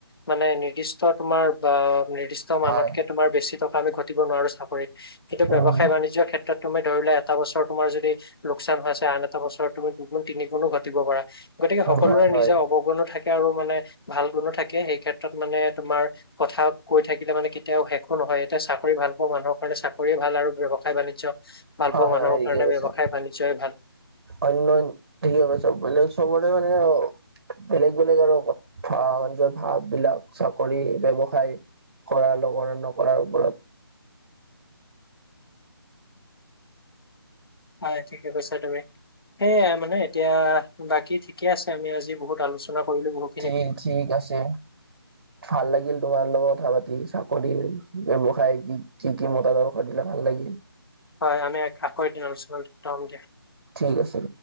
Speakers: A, on the left (about 65°); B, on the right (about 55°).
A: মানে নিৰ্দিষ্ট তোমাৰ বা নিৰ্দিষ্ট মানতকে
B: হয়
A: তোমাৰ বেছি টকা আমি ঘটিব নোৱাৰো চাকৰিত কিন্তু
B: উম
A: ব্যৱসায় বাণিজ্যৰ ক্ষেত্ৰত তুমি ধৰি লোৱা এটা বছৰ তোমাৰ যদি লোকচান হৈ আছে আন এটা বছৰত তুমি দুগু তিনি গোণো ঘটিব পাৰা গতিকে সকলোৰে
B: হয় হয়
A: নিজৰ অ গুণো থাকে আৰু মানে ভাল গুণো থাকে সেই ক্ষেত্ৰত মানে তোমাৰ কথা কৈ থাকিলে মানে এয়া শেষ নহয় এতিয়া চাকৰি ভাল পোৱা মানুহৰ কাৰণে চাকৰি ভাল আৰু ব্যৱসায় বাণিজ্য ভাল
B: হয়
A: পোৱা মানুহৰ
B: হয় ঠিকে
A: কাৰণে
B: কৈছা
A: ব্যৱসায় বাণিজ্য ভাল
B: অন্য ঠিক আ চব মে সবৰে মানে বেলেগ বেলেগ আৰু ভজৰ ভাব বিলাক চাকৰি ব্যৱসায় কৰা লগৰা নকৰাৰ ওপৰত
A: হয় ঠিকে কৈছা তুমি সেইয়াই মানে এতিয়া বাকী ঠিকে আছে আমি আজি বহুত আলোচনা কৰিলো বহুত
B: ঠিক ঠিক আছে ভাল লাগিল তোমাৰ লগত কথা পাতি চাকৰিৰ ব্যৱসায় কি কি কি মতাদৰ্শ দিলে ভাল লাগিল
A: হয় আমি এক আকৰ দিন আলোচনা কৰিম দিয়া
B: ঠিক আছে